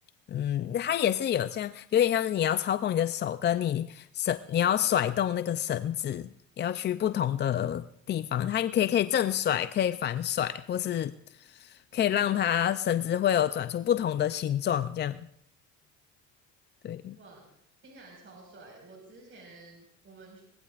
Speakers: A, on the left (about 35°); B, on the right (about 40°).
A: 嗯，它也是有像，有点像是你要操控你的手，跟你绳，你要甩动那个绳子，你要去不同的地方。它可以可以正甩，可以反甩，或是可以让它绳子会有转出不同的形状，这样。对，
B: 哇，听起来超帅！我之前我们去